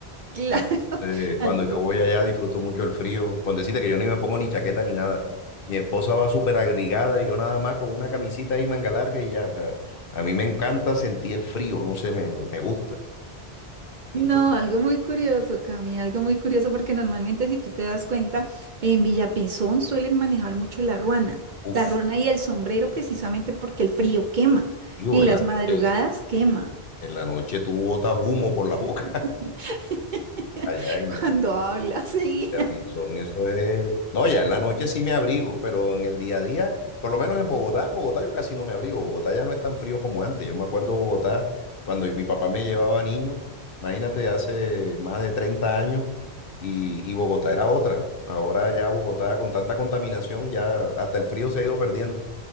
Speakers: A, on the right; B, on the left.
A: Claro,
B: Entonces,
A: <laughs>
B: cuando
A: algo,
B: yo voy allá disfruto mucho el frío. Con decirte que yo ni me pongo ni chaqueta ni nada. Mi esposa va súper abrigada y yo nada más con una camisita ahí manga larga y ya. O sea, a mí me encanta sentir el frío, no sé, me, me, me gusta. Entonces,
A: no, algo muy curioso, Cami, algo muy curioso, porque normalmente si tú te das cuenta, en Villapinzón suelen manejar mucho la ruana,
B: uff,
A: la ruana y el sombrero precisamente porque el frío quema,
B: tío,
A: en
B: en
A: las
B: la,
A: madrugadas
B: en,
A: quema,
B: en la noche tú botas humo por la boca
A: <laughs>
B: <laughs> allá en,
A: cuando habla sí.
B: Terrizón, eso es. No, ya en la noche sí me abrigo, pero en el día a día, por lo menos en Bogotá, en Bogotá yo casi no me abrigo. Bogotá ya no es tan frío como antes. Yo me acuerdo Bogotá cuando mi papá me llevaba niño, imagínate, hace más de 30 años, y, y Bogotá era otra. Ahora ya Bogotá con tanta contaminación, ya hasta el frío se ha ido perdiendo.